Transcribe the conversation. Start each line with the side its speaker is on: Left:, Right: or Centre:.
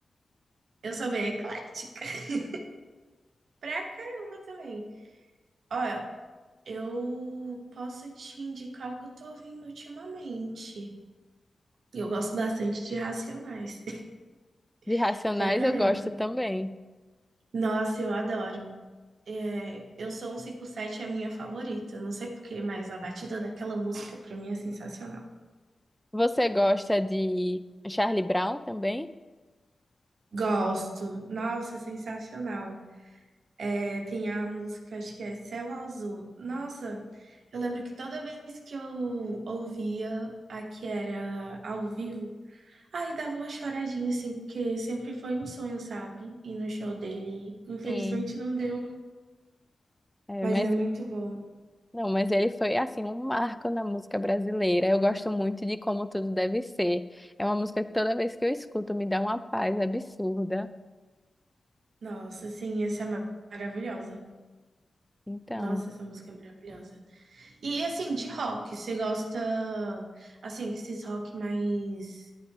Right: Eu sou bem eclética. <laughs> Pra caramba também. Olha, eu posso te indicar o que eu tô ouvindo ultimamente. E Eu gosto bastante de Racionais.
Centre: De Racionais
Right: <laughs> Pra caramba.
Centre: eu gosto também.
Right: Nossa, eu adoro. É, eu sou um 57 é a minha favorita. Não sei por quê, mas a batida daquela música pra mim é sensacional.
Centre: Você gosta de Charlie Brown também?
Right: Gosto. Nossa, sensacional. É, Tem a música, acho que é Céu Azul. Nossa, eu lembro que toda vez que eu ouvia a que era ao vivo, aí dava uma choradinha, assim, porque sempre foi um sonho, sabe? Ir no show dele. Infelizmente
Centre: Sim.
Right: não deu,
Centre: É,
Right: mas
Centre: mas
Right: é muito bom.
Centre: não, mas ele foi assim um marco na música brasileira. Eu gosto muito de Como Tudo Deve Ser. É uma música que toda vez que eu escuto me dá uma paz absurda.
Right: Nossa, assim, essa é ma- maravilhosa.
Centre: Então,
Right: Nossa, essa música é maravilhosa. E assim, de rock, você gosta, assim, que esses rock mais